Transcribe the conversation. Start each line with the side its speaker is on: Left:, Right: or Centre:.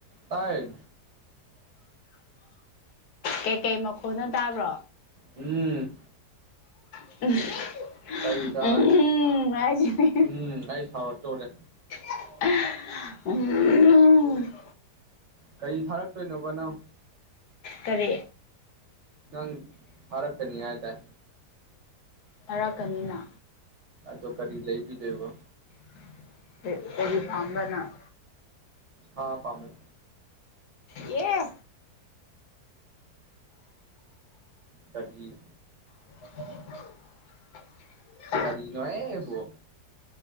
Right: ꯇꯥꯏ
Left: ꯀꯩꯀꯩ ꯃꯈꯣꯟꯅꯣ ꯇꯥꯕ꯭ꯔꯣ
Right: ꯎꯝ
Left: <unintelligible>
Right: <unintelligible>
Left: ꯎꯝ ꯍꯥꯏꯁꯤꯅꯤ
Right: ꯎꯝ ꯑꯩ ꯁꯥꯎꯔꯛꯇꯧꯔꯦ
Left: <unintelligible>
Right: ꯀꯔꯤ ꯊꯥꯔꯛꯇꯣꯏꯅꯣꯕ ꯅꯪ
Left: ꯀꯔꯤ
Right: ꯅꯪ ꯊꯥꯔꯛ ꯀꯅꯤ ꯍꯥꯏ ꯗꯥꯏ
Left: ꯇꯥꯔꯛꯀꯅꯤꯅ
Right: ꯑꯗꯣ ꯀꯔꯤ ꯂꯩꯕꯤꯗꯣꯏꯕ
Left: <unintelligible> ꯀꯔꯤ ꯄꯥꯝꯕ꯭ꯔ ꯅꯪ
Right: ꯁꯥ ꯄꯥꯝꯃꯦ
Left: ꯌꯦ
Right: ꯇꯒꯤ
Left: <unintelligible>
Right: ꯀꯔꯤꯅꯣ ꯍꯦꯕꯣ